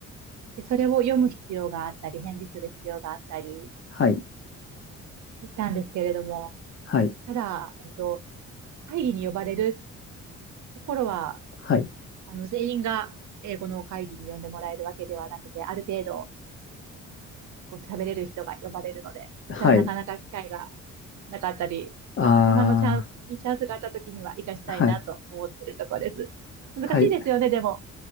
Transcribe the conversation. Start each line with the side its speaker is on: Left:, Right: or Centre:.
Right: で、それを読む必要があったり、返事する必要があったり
Left: はい。
Right: したんですけれども、
Left: はい。
Right: ただ、えっと、会議に呼ばれるところは、
Left: はい。
Right: あの、全員が英語の会議に呼んでもらえるわけではなくて、ある程度、こう喋れる人が呼ばれるので、私はなかなか機会が
Left: はい。
Right: なかったり、
Left: あ
Right: まあ、たまのチャンス、いいチャンスがあった時には活かしたいなと思っているところです。
Left: あ、はい。
Right: 難しいですよね、
Left: はい。
Right: でも。